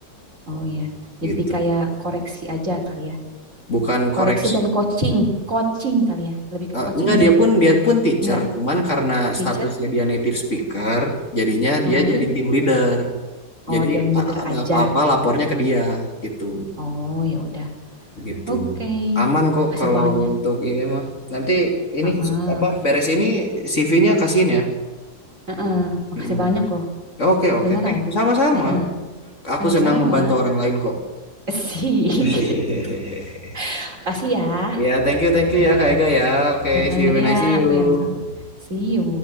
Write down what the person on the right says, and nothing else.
Oh iya. Jadi
kayak koreksi aja kali ya.
Koreksi dan coaching, coaching kali ya. Lebih ke
coaching
nggak
sih?
Nggak,
teacher.
Mm-mm.
Oh,
team leader
aja.
Oh, ya udah.
Oke,
Makasih
banyak.
Heeh.
Heeh. Makasih
banyak loh.
Beneran.
Heeh.
Sama-sama.
Sik.
<laughs> Makasih ya.
Heeh.
Heeh.
Ya,
aku yang sama. See you.